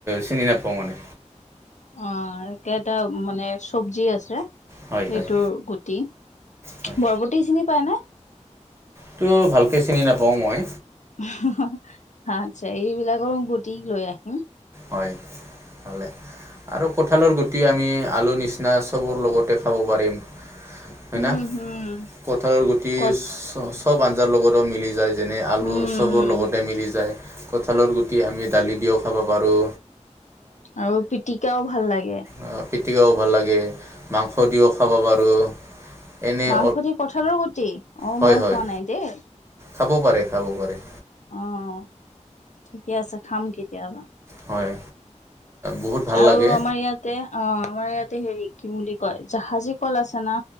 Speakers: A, on the right; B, on the left.
A: চিনি নাপাওঁ মানে
B: অ একেটা মানে চব্জি আছে।
A: হয় হয়
B: এইটোৰ গুটি
A: হয়
B: বৰবটি চিনি পায় নে
A: সেইটো ভালকে চিনি নাপাওঁ মই।
B: হাঁ, হাঁ আচ্ছা এইবিলাকৰ গুতি লৈ আহিম
A: হয় ভ আৰু কঠালৰ গুটি আমি আলু নিচিনা লগতে খাব পাৰি হয়
B: উম
A: না,
B: হম
A: কঁঠালৰ গুটি
B: কত
A: <unintelligible> চব আঞ্জাৰ লগতে মিলি যায় যেনে আলু
B: উম
A: চবৰ
B: উম
A: লগতে মিলি যায়। কঁঠালৰ গুটি আমি দালি দিওঁ খাব পাৰোঁ
B: আৰু পিটিকাও ভাল লাগে।
A: অ পিটিকাও ভাল লাগে মাংস দিওঁ খাব পাৰোঁ এনেই
B: মাংস দি কঁঠালৰ গুটি অ
A: হয়
B: মই
A: হয়
B: খোৱা নাই দেই।
A: খাব পাৰে খাব পাৰে।
B: অঁ ঠিকে আছে খাম কেতিয়াবা
A: হয়। বহুত ভাল
B: আৰু
A: লাগে
B: আমাৰ ইয়াতে অঁ আমাৰ ইয়াতে হেৰি কি বুলি কয় জাহাজী কল আছে না